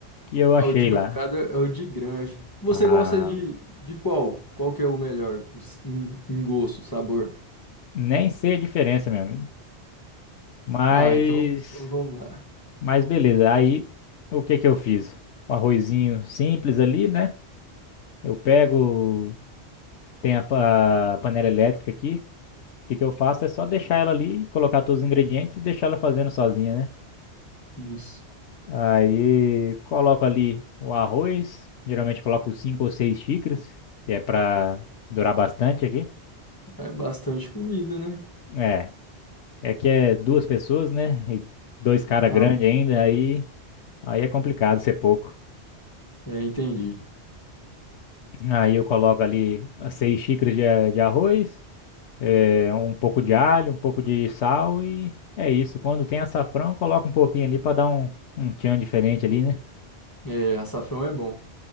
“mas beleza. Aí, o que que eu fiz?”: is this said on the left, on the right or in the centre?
Left